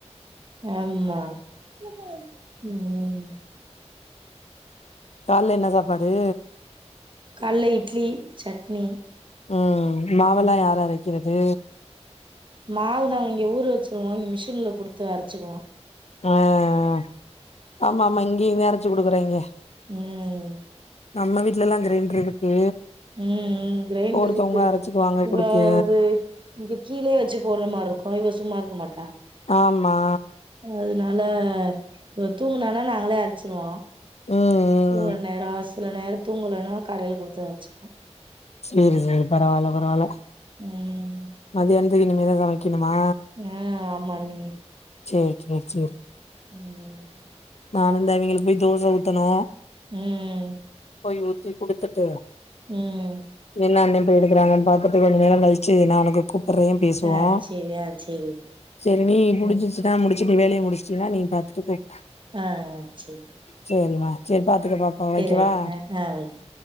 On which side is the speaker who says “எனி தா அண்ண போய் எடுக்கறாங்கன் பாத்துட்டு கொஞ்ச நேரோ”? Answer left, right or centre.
Left